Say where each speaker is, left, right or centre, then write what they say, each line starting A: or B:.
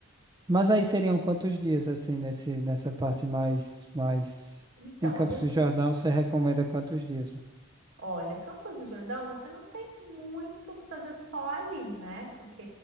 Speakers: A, on the right; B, on the right.
A: Mas aí seriam quantos dias assim nesse nessa parte mais mais
B: Então,
A: em Campos
B: a gente,
A: do Jordão, você recomenda quantos dias?
B: Olha, Campos do Jordão, você não tem muito o que fazer só ali, né? Porque